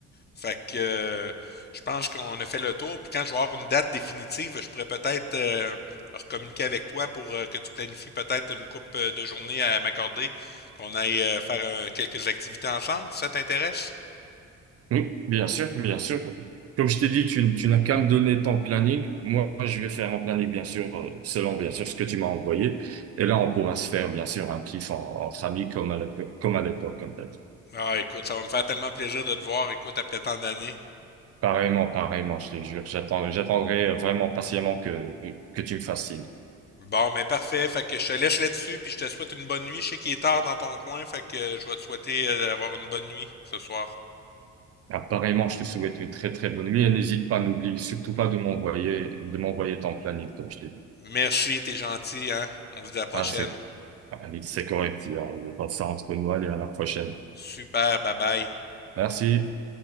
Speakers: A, on the left; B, on the right.
A: Fait que euh, je pense qu'on a fait le tour. Puis quand je vais avoir une date définitive, je pourrais peut-être euh, recommuniquer avec toi pour euh, que tu planifies peut-être une coupe euh, de journée à m'accorder, qu'on aille euh, faire euh, quelques activités ensemble, si ça t'intéresse?
B: Oui, bien sûr, bien sûr. Comme je t'ai dit, tu, tu n'as qu'à me donner ton planning. Moi, je vais faire mon planning, bien sûr, euh, selon, bien sûr, ce que tu m'as envoyé. Et là, on pourra se faire, bien sûr, un kiff en- entre amis comme à l'époque, comme à l'époque, comme t'as dit.
A: Ah, écoute, ça va me faire tellement plaisir de te voir, écoute, après tant d'années.
B: Pareillement, pareillement, je te jure. J'attends, j'attendrai vraiment patiemment que, que tu me fasses signe.
A: Bon, ben parfait. Fait que je te laisse là-dessus, puis je te souhaite une bonne nuit. Je sais qu'il est tard dans ton coin, fait que euh, je vais te souhaiter euh, d'avoir une bonne nuit ce soir.
B: Apparemment, je te souhaite une très, très bonne nuit et n'hésite pas, n'oublie surtout pas de m'envoyer, de m'envoyer ton planning, comme je t'ai dit.
A: Merci, t'es gentil, hein? On se dit à la prochaine.
B: Ah, c'est, ah oui, c'est correct. On va ça entre nous. Allez, à la prochaine.
A: Super, bye bye.
B: Merci.